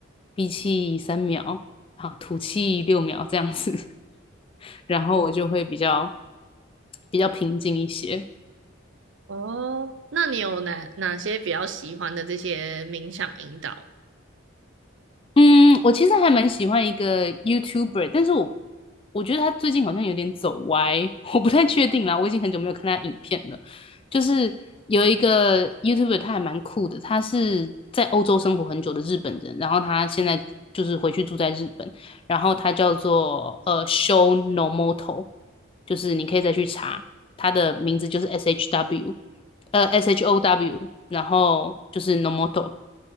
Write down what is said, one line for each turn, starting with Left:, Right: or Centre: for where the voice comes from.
Left: 闭气三秒，好，吐气六秒这样子，<laughs> 然后我就会比较比较平静一些。
Right: 哦，那你有哪哪些比较喜欢的这些冥想引导？
Left: 嗯，我其实还蛮喜欢一个 YouTuber，但是我我觉得他最近好像有点走歪，<laughs> 我不太确定啦，我已经很久没有看他影片了。就是有一个 YouTuber，他还蛮酷的，他是在欧洲生活很久的日本人，然后他现在就是回去住在日本，然后他叫做呃 Show No Moto，就是你可以再去查他的名字，就是 SHW。呃 S H O W，然后就是 Nomoto，